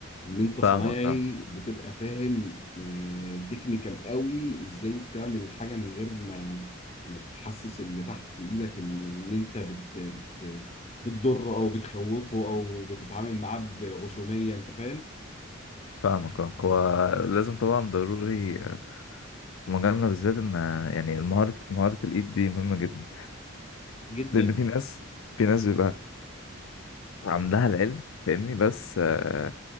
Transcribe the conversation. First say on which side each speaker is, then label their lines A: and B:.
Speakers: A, on the left; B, on the left.
A: ان انت صنايعي
B: فاهمك فاهمك
A: بتبقى فاهم تكنيكال قوي ازاي تعمل حاجه من غير ما ما تحسس اللي تحت ايدك ان ان انت بت بت بتضره او بتخوفه او بتتعامل معاه بغشوميه انت فاهم
B: فاهمك فاهمك. هو لازم طبعا ضروري آه، في مجالنا بالذات ان آه، يعني المهارة مهارة الايد دي مهمة جدا
A: جدا
B: لان في ناس في ناس بيبقى عندها العلم فاهمني بس آه،